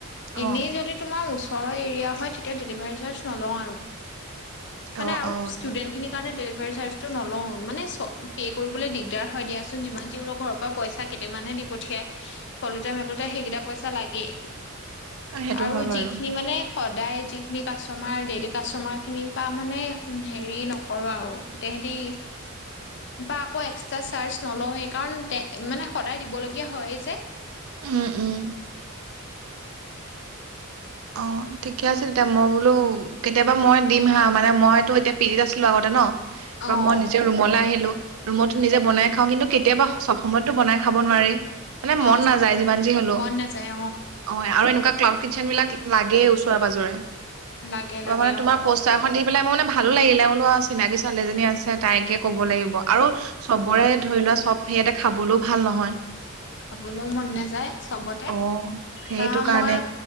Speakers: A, on the right; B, on the left.
A: অ
B: এনেই যদি তোমাৰ ওচৰৰ এৰিয়া হয়, তেতিয়া ডেলিভাৰী চাৰ্জ নলওঁ আৰু
A: অ
B: মানে, আৰু
A: অ
B: ষ্টুডেন্টখিনিৰ কাৰণে ডেলিভাৰী চাৰ্জটো নলওঁ, মানে, চ, পে' কৰিবলৈ দিগদাৰ হয় দিয়াচোন, যিমান যি হলেও, ঘৰৰ পৰা পইচা কেইটামানহে দি পঠিয়াই। চলোতে-মেলোতে সেইকেইটা পইচা লাগেই,
A: সেইটো
B: আৰু
A: হয় বাৰু
B: যিখিনি মানে সদায় যিখিনি কাষ্টমাৰ, ডেইলী কাষ্টমাৰখিনিৰ পৰা মানে হেৰি, নকৰোঁ আৰু তেহেতি পা আকৌ, এক্স টা চাৰ্জ নলওঁৱেই, কাৰণ, তে, মানে সদায় দিবলগীয়া হয়ে যে
A: উম, উম। অ' ঠিকেই আছে, তেতিয়া মই বোলো, কেতিয়াবা মই দিম হা, মানে মইতো, এতিয়া পিজিত আছিলো আগতে ন ত',
B: অ'
A: মই নিজে ৰুমলৈ আহিলোঁ, ৰুমতটো নিজে বনাই খাওঁ, কিন্তু কেতিয়াবা, চব সময়তটো বনাই খাব নোৱাৰি মানে,
B: অ'
A: মন
B: চবৰ
A: নাযায়, যিমান যি হ'লেও
B: মন নাযায়
A: অ', আৰু এ-এনেকুৱা ক্লাউড কিচেনবিলাক লাগেও ওচৰে-পাজৰে
B: লাগে
A: তোমাৰ,
B: লাগে
A: মানে তোমাৰ
B: অ'
A: <unintelligible> <unintelligible> খন দেখি পেলাই মোৰ মানে ভালো লাগিলে বোলো, চিনাকি ছোৱালীজনী আছে তাইকে ক'ব লাগিব, আৰু চবৰে ধৰি লোৱা চব সেইয়াতে খাবলৈও ভাল নহয়।
B: অ', খাবলৈও মন নাযায় চবতে
A: অ', সেইটো
B: অ,
A: কাৰণে
B: মই